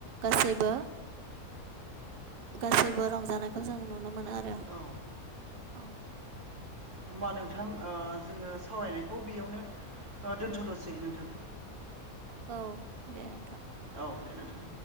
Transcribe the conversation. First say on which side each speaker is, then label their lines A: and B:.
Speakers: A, on the right; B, on the right.
A: गासैबो गासैबो रंजानायखौ जों नुनो मोनो आरो
B: औ
A: औ।
B: होमबा नोंथां जोङो सावरायनायखौ बेयावनो दोनथ'द'सै नोंथां।
A: औ दे नोंथां।
B: औ दे नोंथां।